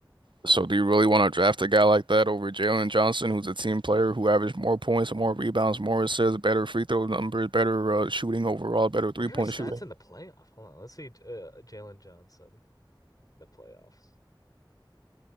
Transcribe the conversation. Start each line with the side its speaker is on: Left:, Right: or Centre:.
Right: So do you really want to draft a guy like that over Jalen Johnson, who's a team player who averaged more points, more rebounds, more assists, better free throw numbers, better uh, shooting overall, better
Left: What
Right: three
Left: are
Right: point
Left: his stats
Right: shooting?
Left: in the playoff? Hold on. Let's see uh, Jalen Johnson in the playoffs.